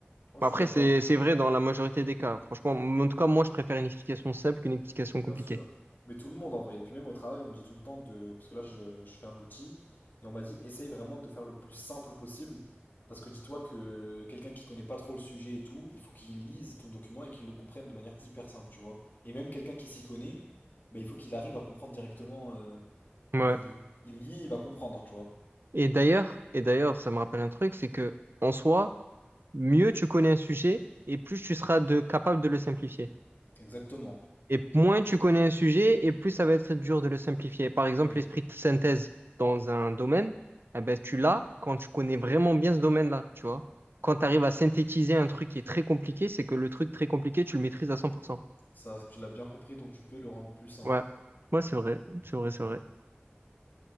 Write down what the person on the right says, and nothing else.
Après,
c'est c'est vrai dans la majorité des cas. Franchement, m- en tout cas, moi, je préfère une explication simple qu'une explication compliquée.
Ouais.
Et d'ailleurs, et d'ailleurs, ça me rappelle un truc, c'est que en soi, mieux tu connais un sujet et plus tu seras de, capable de le simplifier.
Et moins tu connais un sujet et plus ça va être dur de le simplifier. Par exemple,
l'esprit de synthèse dans un domaine, eh ben, tu l'as quand tu connais vraiment bien ce domaine-là, tu vois. Quand tu arrives à synthétiser un truc qui est très compliqué, c'est que le truc très compliqué, tu le maîtrises à cent pour cent
Ouais. Ouais, c'est vrai. C'est vrai, c'est vrai.